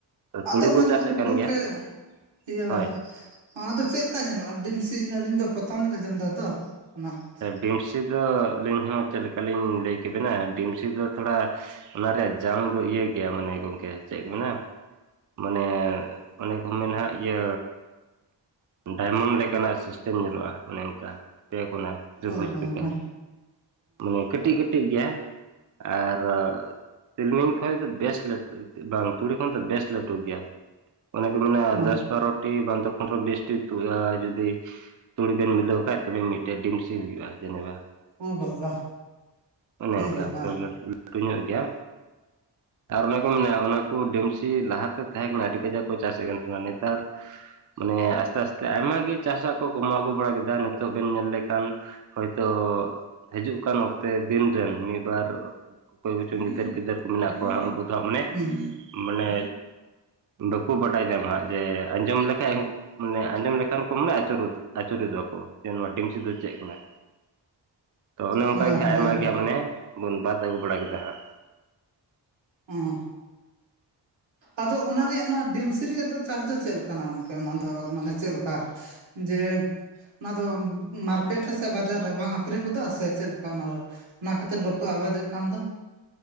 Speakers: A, on the right; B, on the right.
A: ᱛᱩᱲᱤ
B: ᱟᱫᱚ ᱚᱱᱟ
A: ᱠᱚ ᱪᱟᱥᱮᱫ
B: ᱫᱚ
A: ᱠᱟᱱ
B: ᱜᱚᱝᱠᱮ
A: ᱜᱮᱭᱟ
B: ᱤᱭᱟᱹ
A: ᱦᱳᱭ
B: ᱚᱱᱟᱫᱚ ᱪᱮᱫ ᱞᱮᱠᱟ ᱧᱮᱞᱚᱜᱼᱟ? ᱰᱤᱢᱥᱤ ᱟᱹᱞᱤᱧ ᱫᱚ ᱯᱨᱚᱛᱷᱚᱢ ᱞᱤᱧ ᱟᱸᱡᱚᱢ ᱮᱫᱟ ᱛᱚ ᱚᱱᱟ <unintelligible>
A: ᱰᱤᱢᱥᱤ ᱫᱚ ᱟᱹᱞᱤᱧ ᱦᱚᱸ ᱪᱮᱫ ᱞᱮᱠᱟᱞᱤᱧ ᱞᱟᱹᱭ ᱠᱮᱵᱮᱱᱼᱟ ᱰᱤᱢᱥᱤ ᱫᱚ ᱛᱷᱚᱲᱟ ᱚᱱᱟ ᱨᱮᱭᱟᱜ ᱡᱟᱝ ᱫᱚ ᱤᱭᱟᱹ ᱜᱮᱭᱟ ᱢᱟᱱᱮ ᱜᱚᱝᱠᱮ ᱪᱮᱫ ᱠᱚ ᱢᱮᱱᱟ ᱢᱟᱱᱮ ᱚᱱᱮ ᱠᱚ ᱢᱮᱱᱦᱟᱜ ᱤᱭᱟᱹ ᱰᱟᱭᱢᱚᱱᱰ ᱞᱮᱠᱟᱱᱟᱼᱜ ᱥᱤᱥᱴᱮᱢ ᱧᱮᱞᱚᱜᱼᱟ ᱚᱱᱮ ᱚᱱᱠᱟ ᱯᱮ ᱠᱟᱱᱟ <unintelligible>
B: ᱚ ᱦᱚᱸ
A: ᱞᱮᱠᱟ ᱢᱟᱱᱮ ᱠᱟᱹᱴᱤᱡ ᱠᱟᱹᱴᱤᱡ ᱜᱮᱭᱟ ᱟᱨᱻ ᱛᱤᱞᱢᱤᱧ ᱠᱷᱚᱡ ᱫᱚ ᱵᱮᱥ ᱞᱟᱹᱴᱩ ᱵᱟᱝ ᱛᱩᱲᱤ ᱠᱷᱚᱱ ᱫᱚ ᱵᱮᱥ ᱞᱟᱹᱴᱩ ᱜᱮᱭᱟ ᱚᱱᱮ ᱠᱚ ᱢᱮᱱᱟ
B: ᱚ
A: ᱫᱚᱥ ᱵᱟᱨᱴᱤ ᱵᱟᱝᱫᱚ ᱯᱚᱛᱷᱚᱢ ᱵᱤᱥᱴᱤ ᱡᱩᱫᱤ ᱛᱩᱲᱤ ᱵᱮᱱ ᱢᱤᱞᱟᱹᱣ ᱠᱷᱟᱡ ᱛᱚᱵᱮ ᱢᱤᱫᱴᱮᱡ ᱰᱤᱢᱥᱤ ᱦᱩᱭᱩᱜᱼᱟ ᱡᱮᱱᱮᱵᱟ
B: ᱚ ᱵᱟᱵᱟ
A: ᱚᱱᱮ
B: ᱮ
A: ᱚᱱᱠᱟ
B: ᱵᱮᱯᱟᱨ
A: ᱛᱚᱵᱮ ᱞᱟᱹᱴᱩ ᱞᱟᱴᱩ ᱧᱚᱜ ᱜᱮᱭᱟ ᱟᱨ ᱚᱱᱮ ᱠᱚ ᱢᱮᱱᱟ ᱚᱱᱟ ᱠᱚ ᱰᱮᱢᱥᱤ ᱞᱟᱦᱟᱛᱮ ᱛᱟᱦᱮᱸ ᱠᱟᱱᱟ, ᱟᱹᱰᱤ ᱠᱟᱡᱟᱠ ᱠᱚ ᱪᱟᱥᱮᱫ ᱠᱟᱱ ᱛᱟᱦᱮᱱᱟ᱾ ᱱᱮᱛᱟᱨ ᱢᱟᱱᱮ ᱟᱥᱛᱮ ᱟᱥᱛᱮ ᱟᱭᱢᱟ ᱜᱮ ᱪᱟᱥᱟᱜ ᱠᱚ ᱠᱚᱢᱟᱣ ᱟᱜᱩ ᱵᱟᱲᱟ ᱠᱮᱫᱟ᱾ ᱱᱤᱛᱚᱜ ᱵᱮᱱ ᱧᱮᱞ ᱞᱮ ᱠᱷᱟᱱ ᱦᱚᱭᱛᱳ ᱦᱤᱡᱩᱜ ᱠᱟᱱ ᱚᱠᱛᱮ ᱫᱤᱱ ᱨᱮᱱ ᱢᱤᱫ ᱵᱟᱨ ᱚᱠᱚᱭ ᱠᱚᱪᱚᱝ ᱜᱤᱫᱟᱹᱨ - ᱯᱤᱫᱟᱹᱨ ᱠᱚ ᱢᱮᱱᱟᱜ ᱠᱚᱣᱟ, ᱩᱱᱠᱩ ᱫᱚ ᱦᱟᱸᱜ ᱢᱟᱱᱮ
B: ᱦᱩᱸ
A: ᱢᱟᱱᱮ ᱵᱟᱠᱚ ᱵᱟᱰᱟᱭ ᱧᱟᱢᱟ ᱦᱟᱸᱜ ᱡᱮ ᱟᱸᱡᱚᱢ ᱞᱮᱠᱷᱟᱡ ᱢᱟᱱᱮ ᱟᱸᱡᱚᱢ ᱞᱮᱠᱷᱟᱱ ᱠᱚ ᱢᱟᱱᱮ ᱟᱹᱪᱩᱨ ᱜᱚᱫᱚᱜᱼᱟᱠᱚ ᱡᱮ ᱱᱚᱣᱟ ᱰᱤᱢᱥᱤ ᱫᱚ ᱪᱮᱫ ᱠᱟᱱᱟ? ᱛᱚ ᱚᱱᱮ ᱚᱱᱠᱟ
B: ᱦᱮᱸ
A: ᱜᱮ ᱦᱟᱸᱜ
B: ᱦᱮᱸ
A: ᱟᱭᱢᱟ
B: ᱦᱮᱸ
A: ᱜᱮ ᱢᱟᱱᱮ ᱵᱚᱱ ᱵᱟᱫ ᱟᱹᱜᱩ ᱵᱟᱲᱟ ᱠᱮᱫᱟ ᱦᱟᱸᱜ᱾
B: ᱦᱩᱸ ᱦᱩᱸ ᱟᱫᱚ ᱚᱱᱟ ᱨᱮᱭᱟᱜ ᱚᱱᱟ ᱰᱤᱢᱥ ᱨᱮᱭᱟᱜ ᱫᱚ ᱪᱟᱥ ᱫᱚ ᱪᱮᱫ ᱞᱮᱠᱟᱱᱟ? ᱜᱚᱢᱠᱮ ᱚᱱᱟ ᱫᱚ ᱢᱟᱱᱮ ᱪᱮᱫ ᱞᱮᱠᱟ ᱡᱮ ᱚᱱᱟ ᱫᱚ ᱢᱟᱨᱠᱮᱴ ᱨᱮ ᱥᱮ ᱵᱟᱡᱟᱨ ᱨᱮ ᱵᱟᱝ ᱟᱠᱷᱨᱤᱧ ᱜᱚᱫᱚᱜᱼᱟ ᱥᱮ ᱪᱮᱫ ᱞᱮᱠᱟ ᱚᱱᱟ ᱚᱱᱟ ᱠᱷᱟᱹᱛᱤᱨ ᱵᱟᱠᱚ ᱟᱵᱟᱫᱮᱜ ᱠᱟᱱ ᱫᱚ?